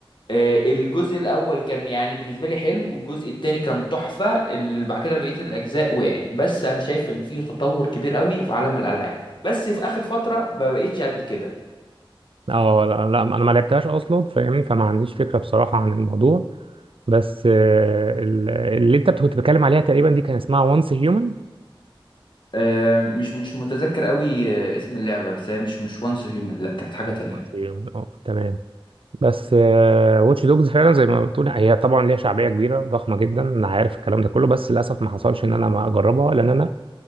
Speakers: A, on the left (about 55°); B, on the right (about 70°).
A: آه، الجزء الاول كان يعني بالنسبه لي حلو والجزء التاني كان تحفه ال- بعد كده بقيه الاجزاء وقعت بس انا شايف ان في تطور كبير قوي في عالم الالعاب بس في اخر فتره ما بقتش قد كده
B: اه لا, لا انا ما لعبتهاش اصلا فاهمني فما عنديش فكره بصراحه عن الموضوع بس آه، ال- اللي انت كنت بتتكلم عليها تقريبا دي كان اسمها وانس هيومن
A: آه، مش مش متذكر قوي آه، اسم اللعبه بس هي مش مش وانس هيومن لا كانت حاجه تانية
B: عظيم. آه، تمام بس واتش دوجز فعلا زي ما بتقول هي طبعا ليها شعبيه كبيره ضخمه جدا انا عارف الكلام ده كله بس للاسف ما حصلش ان انا ما اجربها لان انا